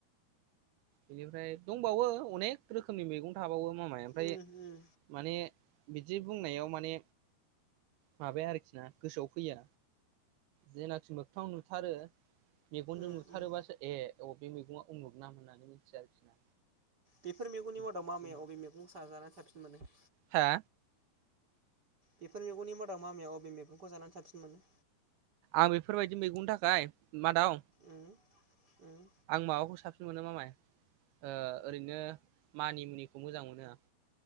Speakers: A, on the right (about 80°); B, on the right (about 30°).
A: बेनिफ्राय दंबावो अनेक रोखोमनि मैगं थाबावो मामाइ ओमफ्राय
B: उम उम
A: माने बिदि बुंनायाव माने माबाया आरोखि ना गोसोआव फैया जेनाखि मोगथाङाव नुथारो मेगनजों
B: उम
A: नुथारोबासो
B: उम
A: ए औ बे मैगङा उमुग नाम होननानै मिथियो आरोखि ना।
B: बेफोर मैगंनि
A: बे
B: मादाव मा मै अबे मैगं साजानानै साबसिन मोनो?
A: हा?
B: बेफोर मैगंनि मादाव मामाया अबे मैगंखौ जानानै साबसिन मोनो?
A: आं बेफोरबायदि मैगंनि थाखाय मादाव
B: उम उम
A: आं माबाखौ साबसिन मोनो मामाय ओ ओरैनो मानि मुनिखौ मोजां मोनो आं।